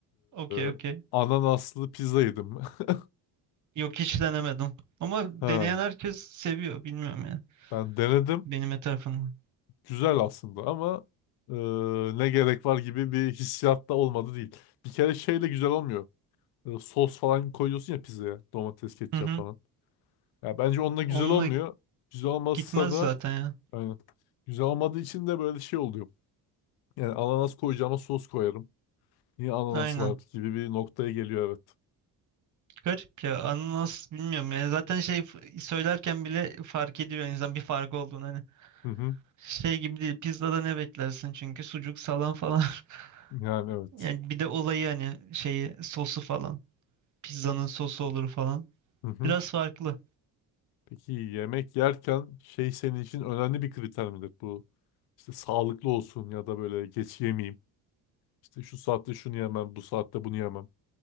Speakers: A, on the right; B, on the left.
A: Okey okey.
B: Ee, ananaslı pizza yedim. <laughs>
A: Yok hiç denemedim. Ama deneyen
B: Ha,
A: herkes seviyor. Bilmiyorum ya.
B: ben denedim.
A: Benim etrafımda.
B: Güzel aslında ama e, ne gerek var gibi bir hissiyat da olmadı değil. Bir kere şeyle güzel olmuyor. Ee, sos falan koyuyorsun ya pizzaya. Domates, ketçap
A: Hı hı.
B: falan. Ya bence onunla güzel
A: Onunla
B: olmuyor. Güzel olmasa
A: gitmez
B: da
A: zaten ya.
B: aynen. Güzel olmadığı için de böyle şey oluyor. Yani ananas koyacağıma sos koyarım. Niye ananas
A: Aynen.
B: var gibi bir noktaya geliyor evet.
A: Garip ya ananas bilmiyorum yani zaten şey f- söylerken bile fark ediyor insan bir fark olduğunu hani
B: Hı hı.
A: şey gibi değil pizzada ne beklersin çünkü sucuk salam falan
B: Yani
A: <laughs>
B: evet.
A: yani bir de olayı hani şeyi sosu falan pizzanın sosu olur falan
B: Hı hı.
A: biraz farklı
B: Peki yemek yerken şey senin için önemli bir kriter midir bu? İşte sağlıklı olsun ya da böyle geç yemeyeyim. İşte şu saatte şunu yemem, bu saatte bunu yemem.